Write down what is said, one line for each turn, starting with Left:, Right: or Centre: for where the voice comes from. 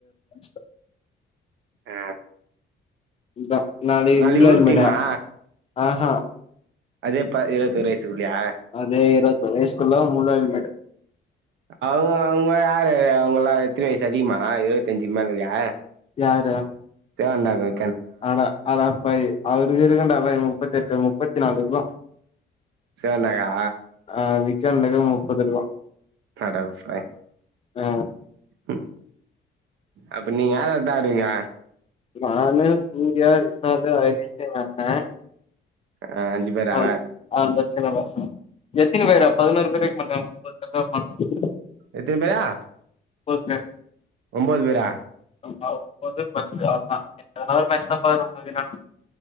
Left: <unintelligible>
Right: அ
Left: இத்தா உன்னாலயே
Right: நாளைக்கு
Left: முடியாது
Right: ஊர்
Left: மேட
Right: டீமா
Left: அ ஆ
Right: அதே ப்பா இருவத்தி ஓர் வயசுக்குள்ளயா
Left: அ அதே இருவத்தொரு வயசுக்குள்ள மூலாவது மேடு
Right: அவ அவங்கல்லா யாரு அவங்கல்லா எத்தினி வயசு அதிகமா இரவத்தி அஞ்சு மேலயா
Left: யார
Right: தேவா அண்ணாக்கு
Left: அட அடப்பாவி அவரு இருக்கும்டா பாவி முப்பத்தி எட்டு முப்பத்தி நாலு இக்கும்
Right: சேனாயா
Left: அ விக்ரம் அண்ணனுக்கு முப்பது இருக்கும்
Right: அடப்பாவி
Left: அ
Right: ம் அப்ப நீ யார் யார்தா ஆடுவீங்க
Left: நானு சூர்யா விசாலு ஹரிஸ்சு எங் அண்ணே
Right: க அஞ்சு பேரா
Left: ஆங் அவங்கெல்லா சின்ன பசங்க எத்தனி பேரா பதினோரு பேரு இருக்க மாட்டாங்க ஒம்போது பேர் தா இருப்பாங்க
Right: எத்தினி பேரு
Left: ஒம்போது பேர்
Right: ஒம்போது பேரா
Left: சும்மா ஒம்போது பத்து அவ்ளோ தா ரெண்டாவது மேட்சுன்னா பதினொரு பேர் இருக்கறாங்க